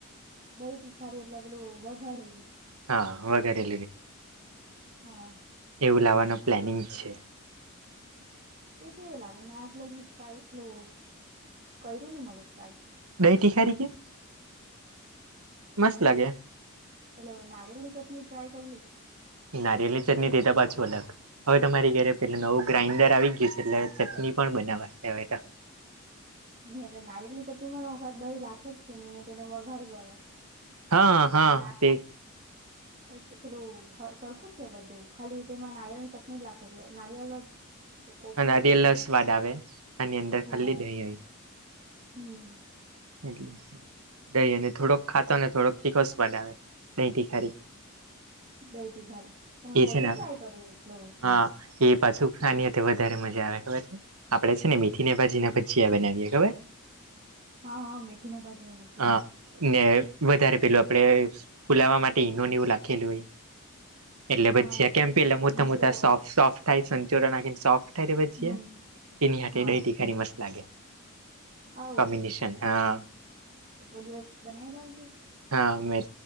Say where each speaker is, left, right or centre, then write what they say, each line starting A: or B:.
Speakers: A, on the right; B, on the right.
A: દહી તીખારી એટલે પેલું વઘારે?
B: હા વગેરે
A: હા
B: એવું લાવવાનું પ્લાનિંગ છે.
A: તે કેવી લાગે મે આજ લગી ટ્રાય લો કર્યું મ ટ્રાય
B: દહી તિખારી કે મસ્ત લાગે
A: ચેલો નારિયલ ની ચટણી ટ્રાય કરી.
B: નારિયલી ચટણી દેતા પાંચુ અલક હવે તમારી ઘરે પેલું નવું ગ્રાઇન્ડર આવી જ ગયું છે એટલે ચટણી પણ બનાવાશે હવે તો
A: એટલે નારિેની ચટણી વખાત દહી લખે જ કે નહીને તેને વઘાર કરે.
B: હા. હા
A: ના ના.
B: તે
A: પેલું સરખું જ છે બધું ખાલી તેમાં નારિયળ ની ચટણી લખે નારિયળ જ કોપરું
B: અને
A: જ
B: અરિયલસવાદ
A: નાખે એટલે
B: આવે આની અંદર
A: હા
B: ખલ્લી દહીંય.
A: હમ.
B: એટલે દહી અને થોડોક ખાતો અને થોડોક તીખો સ્વાદ આવે દહીં તીખારી
A: દઈતી ખાઈ તમે
B: એ છે
A: બધું
B: ને
A: ટ્રાય કર્યું એટલ
B: હા. એ પાછું ખાનીઅ વધારે મજા આવે ખબર છે. આપડે છે ને મીથી ભાજી ના ભજીયા બનાવીએ ખબર
A: હા હા મીથી ની બાજી ના ભજીયા
B: હા ને વધારે પેલું આપડે ફુલાવા માટે ઈનો એવું લાખેલું હોય. એટલે
A: હા
B: ભજીયા
A: સં
B: કેમ પેલા
A: સંચોરો
B: મોટા મોટા સોફ્ટ સોફ્ટ થાય સચોરન નાખીને સોફ્ટ થાય ભજીયા.
A: હમ
B: તેની હાથે
A: હા
B: દહીટીખારી મસ્ત લાગે
A: આવ
B: કોમ્બિનેશન હા
A: તો કોઈ દિવસત બનાવી લાવજે.
B: હા મેં